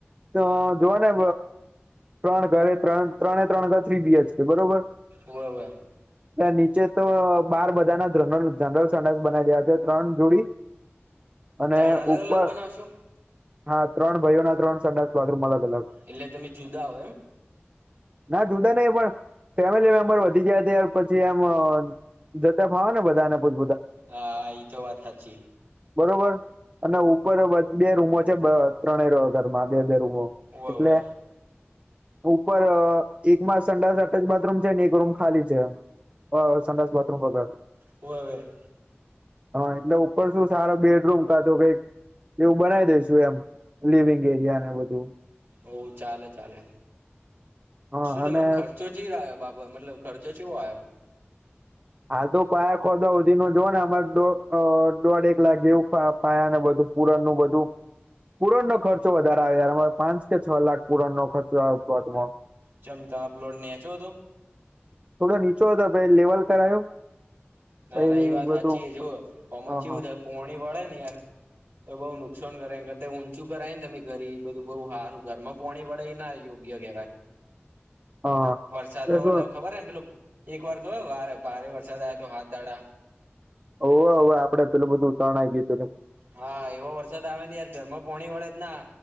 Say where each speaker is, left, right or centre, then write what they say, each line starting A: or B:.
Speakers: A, on the right; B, on the right.
A: અ જોવા ને ત્રણ ઘરે ત્રણ ત્રણે ત્રણ ઘર થ્રી બી એચ કે બરોબર
B: હોવે હોવે
A: નીચે તો બાર બધાના જનરલ જનરલ સંડાસ બનાવી દેવા જોયે ત્રણ જોડી અને
B: ત્રણ અલગ
A: ઉપર
B: અલગ બનાવશો
A: હા ત્રણ ભાઈઓ ના ત્રણ સંડાસ બાથરૂમ અલગ. અલગ
B: એટલે તમે જુદા હો એમ
A: ના જુદા નહી પણ ફેમિલી મેમ્બર વધી ગયા તાર પછી એમ જતા ફાવે ને બધાને પોત
B: હા ઈ તો વાત હાચી
A: બરોબર અને ઉપર બ બે રૂમો છે ત્રણે ઘરમાં બે બે રૂમો
B: હોવે
A: એટલે
B: હોવે
A: ઉપર એકમાં સંડા અટચ બાથરૂમ છે ને એક રૂમ ખાલી છે હ સંડાસ બાથરૂમ વગર
B: હોવેવે
A: હા એટલે ઉપર શું સારા બેડરૂમ કાધો કઈક એવું બનાવી દેસુ એમ લિવિંગ એરિયા ને બધું
B: હો ચાલે ચાલે
A: હા
B: શું
A: અને
B: તમારે ખર્ચો ચીઆયોં બરાબર મતલબ ખર્ચો ચે આયો
A: હાલ તો પાયા ખોદા સુધી નુ જો ને અમારે દોઢ અ એક લાખ જેવું પાયાને બધું પુરણ નું બધું પુરણ નો ખર્ચો વધારે આવે યાર અમારે યાર પાંચ કે છ લાખ પુરાણો ખર્ચો આયો <unintelligible>
B: જેમ તમે પ્લોટ નેચો હતો
A: થોડો નીચો હતો બેડ લેવલ કરાયો
B: ના
A: પહી
B: ના એ વાત
A: બધું
B: હાચી જો આમાં
A: હા
B: ચુ
A: હા
B: હે પોણી વળે ને યાર તો બઉુ નુકસાન કરે એના કરતા ઊંચું કરાય ને તમે ઘરી બધું બહુ સારું ઘર માં પોણી વળે એ ના યોગ્ય યોગ્ય કેવાય
A: હા હા એટલે
B: વરસાદમાં મતલબ
A: શું
B: ખબર એ ને પેલું એક વાર ખબર વા ભારે વરસાદ આયો તો તો હાથ ડાઆ
A: ઓવે ઓવે આપડે પેલું બધું તણાય ગયું તું
B: હા એવો વરસાદ આવે ને યાર ઘરમાં પોણી વળે જ ના